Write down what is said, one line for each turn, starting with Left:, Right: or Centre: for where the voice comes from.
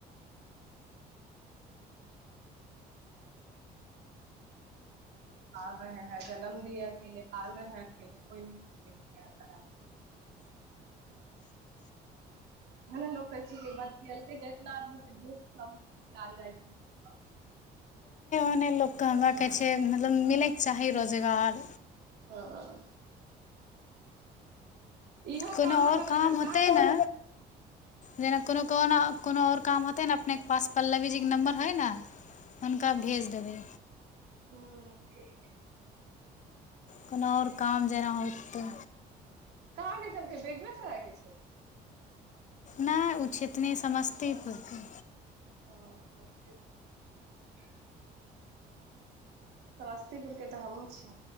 Right: पाल रहे है जन्म दि अेल पाल रहे हैं अ को ह लोक कहै छै कि बतेलकै तऽ इतना आदमी के दुःख जाइ छै
Left: अपने मोकामा के छै हमरा कहै छै मतलब मिलैके चाही रोजगार
Right: हँ ह इहो
Left: कोनो
Right: काम
Left: आओर
Right: अगर लगातार
Left: होतै ने जेना कोनो कोना कोनो आओर काम हते ने अपने पास पल्लवी जी के नम्बर है ने हुनका भेज देबै
Right: हुँ ठीक
Left: कोनो आओर काम जेना होततै
Right: कहाँ दिसन कें बेगुसराय के छै
Left: नहि ओ छतिन समस्तीपुरके
Right: ह समस्तीपुरके तऽ हमहूँ छी